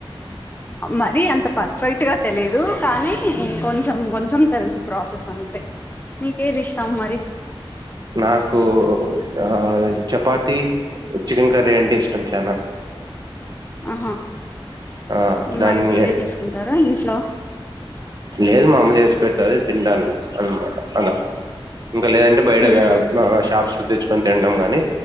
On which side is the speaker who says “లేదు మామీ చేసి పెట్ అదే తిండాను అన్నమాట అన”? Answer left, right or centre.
Right